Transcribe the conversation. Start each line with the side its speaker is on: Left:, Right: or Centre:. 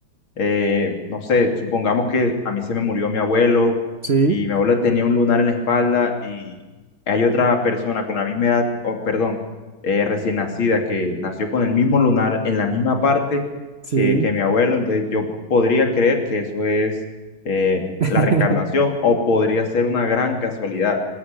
Left: eh, no sé, supongamos que a mí se me murió mi abuelo
Right: Sí,
Left: y mi abuelo tenía un lunar en la espalda y hay otra persona con la misma edad, o perdón, eh, recién nacida que nació con el mismo lunar en la misma parte
Right: sí.
Left: que, que mi abuelo, entonces yo podría creer que eso es eh,
Right: <laughs>
Left: la reencarnación o podría ser una gran casualidad.